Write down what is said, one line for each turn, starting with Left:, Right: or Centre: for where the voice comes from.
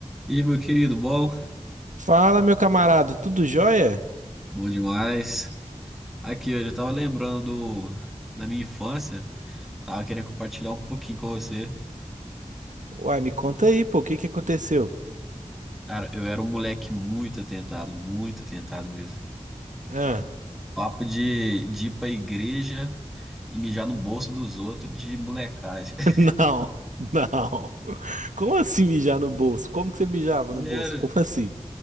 Centre: E aí, meu querido, bom?
Right: Fala, meu camarada, tudo jóia?
Centre: Bom demais. Aqui, eu já tava lembrando do- da minha infância, tava querendo compartilhar um pouquinho com você.
Right: Uai, me conta aí, pô, o que que aconteceu?
Centre: Cara, eu era um moleque muito atentado, muito atentado mesmo.
Right: Ah,
Centre: Papo de, de ir pra igreja e mijar no bolso dos outros de molecagem. <laughs>
Right: <laughs> não, não. Como assim mijar no bolso? Como que você mijava
Centre: Sério?
Right: no bolso? Como assim?